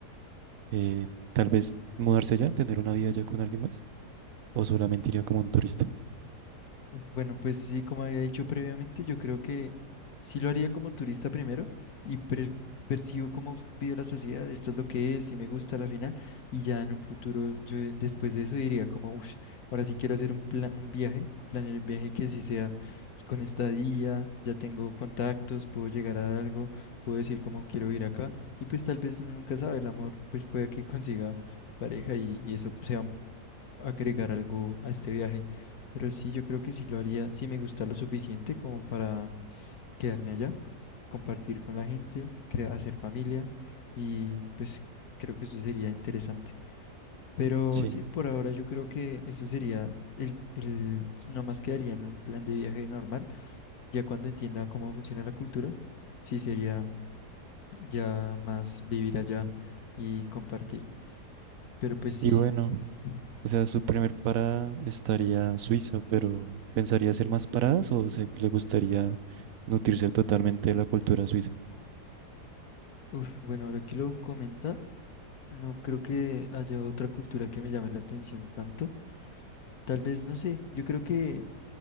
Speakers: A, on the right; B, on the left.
A: eh, tal vez mudarse allá, tener una vida allá con alguien más? ¿O solamente iría como un turista?
B: Bueno, pues sí, como había dicho previamente, yo creo que sí lo haría como turista primero y per- percibo cómo vive la sociedad, esto es lo que es, si me gusta a la final, y ya en un futuro, yo eh, después de eso diría como, uff, ahora sí quiero hacer un plan, un viaje, planear un viaje que sí sea con estadía, ya tengo contactos, puedo llegar a algo, puedo decir cómo quiero ir acá, y pues tal vez uno nunca sabe, el amor, pues puede que consiga pareja y, y eso sea agregar algo a este viaje. Pero sí, yo creo que sí lo haría, si me gusta lo suficiente como para quedarme allá, compartir con la gente, crea- hacer familia y pues creo que eso sería interesante. Pero
A: Sí.
B: sí, por ahora yo creo que eso sería el, el, nomás quedaría en un plan de viaje normal. Ya cuando entienda cómo funciona la cultura, sí sería ya más vivir allá y compartir. Pero pues sí.
A: Y bueno. O sea,
B: que-
A: su primer parada estaría Suiza, pero ¿pensaría hacer más paradas o se, le gustaría nutrirse totalmente de la cultura suiza?
B: Uf, bueno, ahora que lo comenta, No creo que haya otra cultura que me llame la atención tanto. Tal vez, no sé, yo creo que